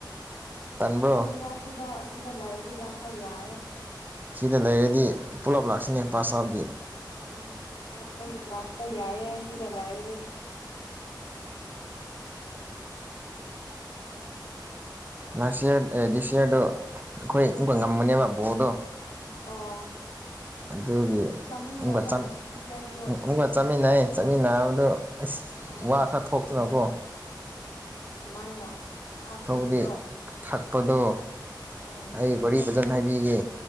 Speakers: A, on the right; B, on the left.
A: ꯇꯟꯕ꯭ꯔꯣ
B: ꯈꯪꯗꯦꯗ ꯁꯤꯗ ꯁꯤꯗ ꯂꯨꯔꯗꯤ ꯂꯥꯛꯄ ꯌꯥꯢꯌꯦ
A: ꯁꯤꯗ ꯂꯩꯔꯗꯤ ꯄꯨꯂꯞ ꯂꯥꯛꯁꯤꯅꯦ ꯄꯥꯁ ꯑꯥꯎꯠꯒꯤ
B: ꯎꯝ ꯂꯥꯛꯄꯥꯏ ꯂꯥꯛꯄ ꯌꯥꯏꯑꯦ ꯁꯤꯒ ꯂꯥꯏꯔꯒꯦ ꯎꯝ
A: ꯂꯥꯁ ꯏꯌꯥꯔ ꯗꯤꯁ ꯏꯌꯥꯔꯗꯣ ꯑꯩꯈꯣꯏꯕ ꯉꯝꯕꯅꯦꯕ ꯕꯣꯔꯗꯣ
B: ꯑꯣ
A: <unintelligible> ꯑꯗꯨꯒꯤ
B: ꯆꯥꯃꯤꯟꯅꯕ꯭ꯔꯥ
A: ꯏ ꯆꯝ
B: ꯗꯤꯁ ꯌꯔꯁꯨ
A: ꯑꯣꯅꯨꯡꯀ ꯆꯥꯃꯤꯟ ꯅ ꯆꯃꯤ ꯅꯥꯕꯗꯣ ꯑꯁ
B: ꯑꯣ
A: ꯋꯥ ꯈꯔ ꯊꯣꯛꯇꯅꯀꯣ
B: ꯀꯃꯥꯏꯅ ꯊꯥꯛꯄꯒꯤꯔꯣ
A: ꯊꯕꯗꯤ ꯊꯥꯛ ꯀꯗꯣ
B: ꯎꯝ
A: ꯑꯩ ꯋꯥꯔꯤ ꯐꯖꯅ ꯍꯥꯏꯕꯤꯒꯦ